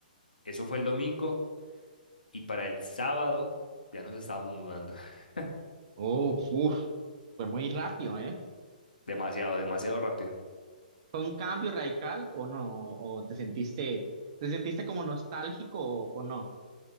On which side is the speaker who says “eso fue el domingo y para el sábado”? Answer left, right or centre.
Left